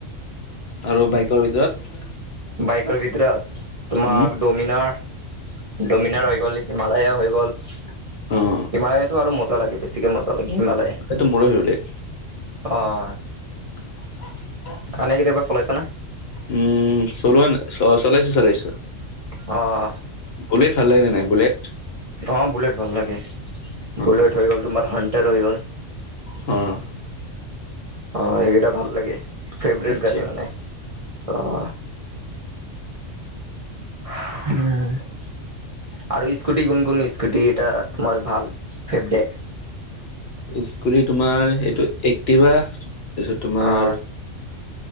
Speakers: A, on the left (about 60°); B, on the right (about 45°).
A: আৰু বাইকৰ ভিতৰত?
B: বাইকৰ ভিতৰত তোমাৰ
A: উম,
B: ড'মিনাৰ ড'মিনাৰ হৈ গ'ল হিমালয়ে হৈ গ'ল। হিমালয়তো
A: অ',
B: আৰু মজা লাগে বেছিকে মজা লাগে হিমালয়।
A: টো মোৰো ফেভৰেট
B: অ'।
A: <unintelligible>
B: আনে কেতিয়াবা চলাইছে না।
A: উম চলোৱা নাই চলাইছোঁ চলাইছোঁ।
B: অ'।
A: বুলেট ভাল লাগে নে নাই বুলেট।
B: অ', বুলেট ভাল লাগে
A: অ',
B: বুলেট হৈ গ'ল তোমাৰ হানটাৰ হৈ গ'ল।
A: অ'।
B: অ', এইকেইটা ভাল লাগে ফেভৰেট
A: আচ্ছা
B: গাড়ী মানে অ'। <unintelligible> আৰু স্কুটি কোন কোন স্কুটি এটা তোমাৰ ভাল ফেভৰেট।
A: স্কুটি তোমাৰ সেইটো এক্টিভা তাৰপিছত তোমাৰ
B: অ